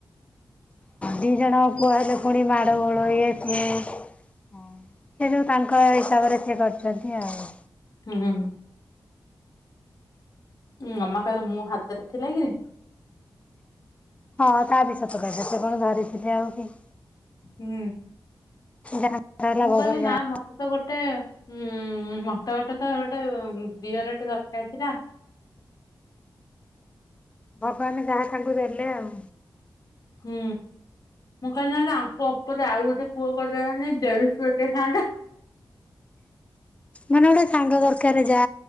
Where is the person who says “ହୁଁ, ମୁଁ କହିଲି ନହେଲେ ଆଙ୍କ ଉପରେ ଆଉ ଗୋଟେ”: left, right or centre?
Left